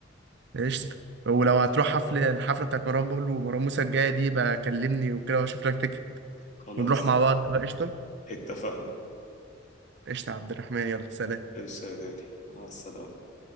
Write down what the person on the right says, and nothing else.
قشطة ولو هتروح حفلة الحفلة بتاعت مروان بابلو ومروان موسى الجاية دي بقى كلمني وكده واشوف لك تكت
ونروح مع بعض بقى قشطة
قشطة يا عبد الرحمن يلا سلام